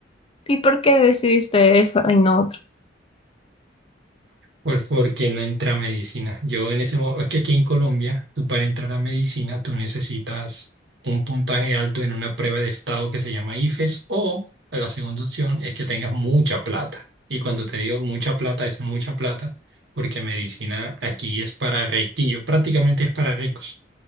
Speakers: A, on the left (about 30°); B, on the right (about 65°).
A: ¿Y por qué decidiste eso y no otro?
B: Pues porque no entra a medicina. Yo en ese momento, es que aquí en Colombia, tú para entrar a medicina, tú necesitas un puntaje alto en una prueba de estado que se llama IFES o la segunda opción es que tengas mucha plata. Y cuando te digo mucha plata, es mucha plata, porque medicina aquí es para ricos, prácticamente es para ricos.